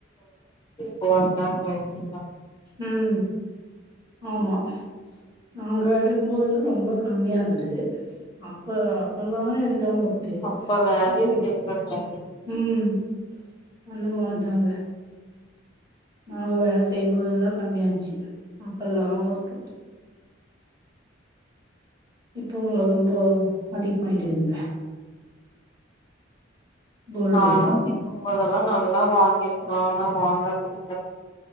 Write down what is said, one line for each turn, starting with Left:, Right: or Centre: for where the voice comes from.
Left: இப்ப ஒன் லாக் போயிருச்சுங்ளா
Right: ம் ஆமா நாங்க எடுக்கும் போதெல்லா ரொம்ப கம்மியா இருந்துது அப்போ எல்லாமே எடுக்க மு ட்டு
Left: அப்ப வேல்யூ
Right: இப்ப
Left: தெரிலனாலே
Right: ம் அந்த மாரிதாங்க நாங்க வேல செய்யும்போதெல்லா கம்மியா இருந்ச்சு அப்பல்லா வுட்டோ இப்போ ரொம்போ அதிகமாயிட்டு இருக்குதுங்க கோல்டு
Left: ஆனா
Right: ரேட்டு
Left: செய்யணு மொதல்லா நல்லா வாங்கிருக்கலா ஆனா வாங்காது <inaudible>